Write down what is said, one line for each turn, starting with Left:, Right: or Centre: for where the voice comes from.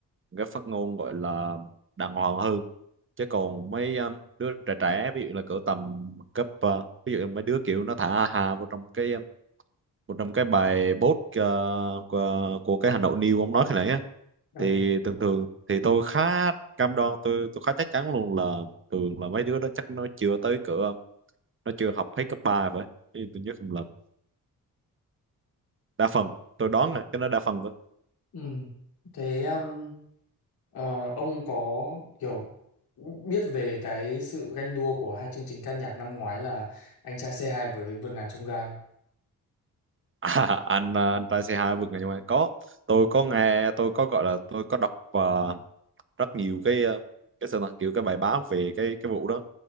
Right: cái phát ngôn gọi là đàng hoàng hơn chứ còn mấy um, đứa trẻ trẻ ví dụ là cỡ tầm cấp ờ, ví dụ mấy đứa kiểu nó thả hà vào trong cái um, vào trong cái bài post ờ, của, của cái Hà Nội News ông nói khi nãy á
Left: ừ
Right: thì thường thường thì tôi khá cam đoan tôi tôi khá chắc chắn luôn là thường là mấy đứa đó chắc nó chưa tới cửa nó chưa học hết cấp 3 phải Ý tôi nhớ không đa phần tôi đoán nè cái đó đa phần thôi
Left: ừ thế um, ờ, ông có kiểu biết về cái sự ganh đua của hai chương trình ca nhạc năm ngoái là Anh trai C2 với vườn ngàn chông gai
Right: <laughs> à, anh à, anh trai c hai vượt ngàn chông gai có tôi có nghe tôi có gọi là tôi có đọc và rất nhiều cái ờ, cái sao ta kiểu cái bài báo về cái cái vụ đó